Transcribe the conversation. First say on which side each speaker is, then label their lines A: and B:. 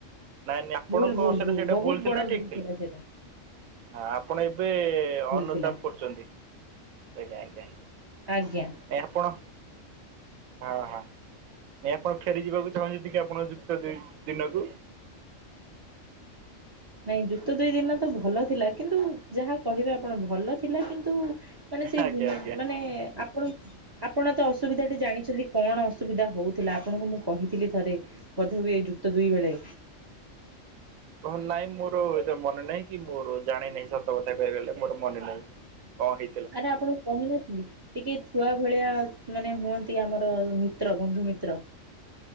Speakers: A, on the right; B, on the right.
A: ନାଇଁ ନାଇଁ ଆପଣଙ୍କ
B: ଭୁଲ ଭୁଲ
A: ଅନୁସାରେ
B: ଭୁଲ
A: ସେଇଟା
B: ବହୁତ
A: ଥିଲା
B: ବଡ
A: ନା ଠିକ
B: ଭୁଲ ଥିଲା ସେଟା।
A: ହଁ ଆପଣ ଏବେ ଅନୁତାପ
B: ଥିଲା
A: କରୁଛନ୍ତି। ଆଜ୍ଞା ଆଜ୍ଞା
B: ଆଜ୍ଞା।
A: ନାଇ ଆପଣ। ହଁ ହଁ ନାଇ ଆପଣ ଫେରି ଯିବାକୁ ଚାହୁଁଛନ୍ତି କି ଆପଣ ଯୁକ୍ତ ଦୁଇ ଦିନକୁ?
B: ନାଇଁ ଯୁକ୍ତ ଦୁଇ ଦିନ ତ ଭଲ ଥିଲା କିନ୍ତୁ ଯାହା କହିବେ ଆପଣ ଭଲ। ଥିଲା କିନ୍ତୁ ମାନେ ସେଇ
A: ଆଜ୍ଞା
B: ଦୁ
A: ଆଜ୍ଞା
B: ମାନେ ଆପଣ। ଆପଣ ତ ଅସୁବିଧାଟି ଜାଣିଛନ୍ତି କଣ ଅସୁବିଧା ହଉଥିଲା ଆପଣଙ୍କୁ ମୁଁ କହିଥିଲି ଥରେ। ବୋଧେ ହୁଏ ଏଇ ଯୁକ୍ତ ଦୁଇ ବେଳେ।
A: ଓହୋ ନାଇଁ ମୋର ଏତେ ମନେ ନାହିଁ କି ମୋର ଜାଣି ନାହିଁ ସତ କଥା କହିବାକୁ ଗଲେ ମୋର ମନେ ନାହିଁ। କ ହେ
B: ଆରେ ଆପଣଙ୍କୁ କହିନଥିଲି। ଟିକେ ଛୁଆ ଭଳିଆ ମାନେ ହୁଅନ୍ତି ଆମର ମିତ୍ର ବନ୍ଧୁ ମିତ୍ର।